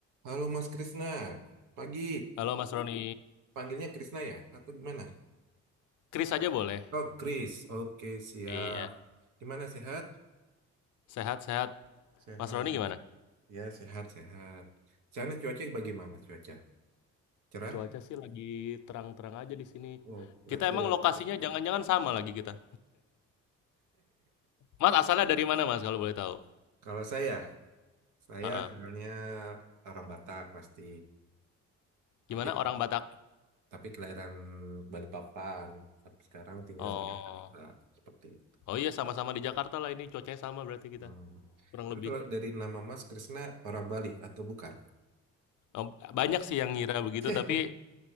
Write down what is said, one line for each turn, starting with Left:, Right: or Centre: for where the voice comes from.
Right: Halo Mas Krisna, pagi.
Left: Halo Mas Roni,
Right: Panggilnya Krisna ya? Atau gimana?
Left: Kris aja boleh.
Right: Oh, Kris. Oke, siap.
Left: Iya,
Right: Gimana, sehat?
Left: sehat-sehat.
Right: Sehat.
Left: Mas Roni gimana?
Right: Ya, sehat, sehat. Sana cuaca bagaimana cuaca? Cerah?
Left: Cuaca sih lagi terang-terang aja di sini.
Right: Oh, berarti...
Left: Kita
Right: <laughs>
Left: emang lokasinya jangan-jangan sama lagi kita. Mas asalnya dari mana Mas kalau boleh tahu?
Right: Kalau saya, saya
Left: Heeh.
Right: sebenarnya orang Batak pasti. Tapi
Left: Gimana orang Batak?
Right: tapi kelahiran Balikpapan. Tapi sekarang tinggal
Left: Oh,
Right: di Jakarta. Seperti itu.
Left: oh iya sama-sama di Jakarta lah ini cuacanya sama berarti kita
Right: Hmm.
Left: kurang
Right: Tapi
Left: lebih.
Right: kalau dari nama Mas Krisna, orang Bali atau bukan?
Left: Oh, banyak sih yang ngira begitu
Right: <laughs>
Left: tapi